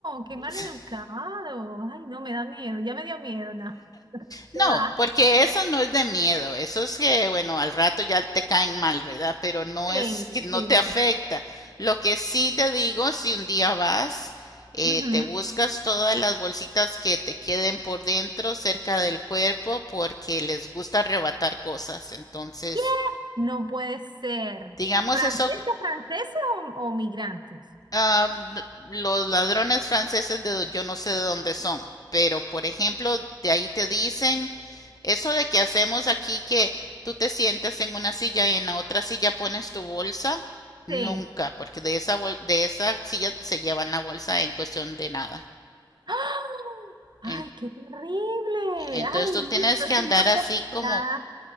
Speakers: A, on the right; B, on the left.
A: qué
B: <laughs>
A: mal educado. Ay, no, me da miedo, ya me dio miedo, no.
B: No,
A: ¿Qué va?
B: porque eso no es de miedo, eso es que, bueno, al rato ya te caen mal, ¿verdad? Pero no
A: Sí,
B: es que no
A: sí.
B: te afecta. Lo que sí te digo, si un día vas, eh,
A: Ujú.
B: te buscas todas las bolsitas que te queden por dentro, cerca del cuerpo, porque les gusta arrebatar cosas. Entonces,
A: ¿Qué? No puede ser.
B: digamos
A: ¿Franceses,
B: eso
A: franceses o, o migrantes?
B: Ah, los ladrones franceses de yo no sé de dónde son, pero por ejemplo, de ahí te dicen eso de que hacemos aquí que tú te sientas en una silla y en la otra silla pones tu bolsa, nunca,
A: Sí.
B: porque de esa bol- de esa silla se llevan la bolsa en cuestión de nada.
A: <gasps> ¡Ah! Ay,
B: En-
A: qué terrible.
B: entonces
A: Ay,
B: tú tienes
A: mira, yo
B: que andar
A: soy más
B: así
A: descuidada.
B: como